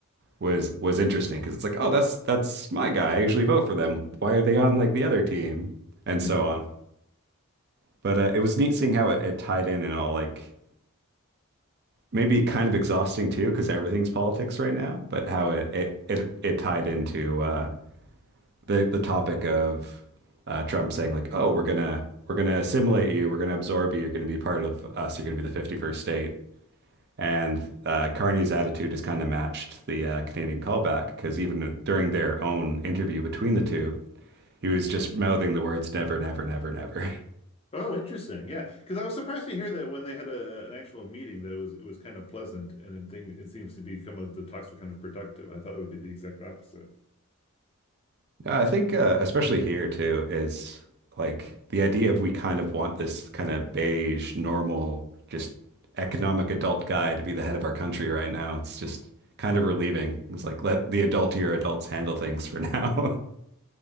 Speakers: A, on the right; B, on the left.
A: was was interesting because it's like, oh, that's that's my guy. I usually vote for them. Why are they on like the other team? And
B: Mhm.
A: so on. But uh, it was neat seeing how it, it tied in and all like maybe kind of exhausting too because everything's politics right now. But how it it it, it tied into uh, the the topic of uh, Trump saying like, oh, we're gonna we're gonna assimilate you, we're gonna absorb you, you're gonna be part of us, you're gonna be the 51st state. And uh, Carney's attitude is kind of matched the uh, Canadian callback because even during their own interview between the two, he was just mouthing the words never, never, never, never.
B: Oh, interesting. Yeah, because I was surprised to hear that when they had a, an actual meeting that it was it was kind of pleasant and it, thing, it seems to become kind the talks were kind of productive. I thought it would be the exact opposite.
A: <laughs> I think, uh, especially here too, is like the idea of we kind of want this kind of beige, normal, just economic adult guy to be the head of our country right now. It's just kind of relieving. It's like let the adultier adults handle things for now. <laughs>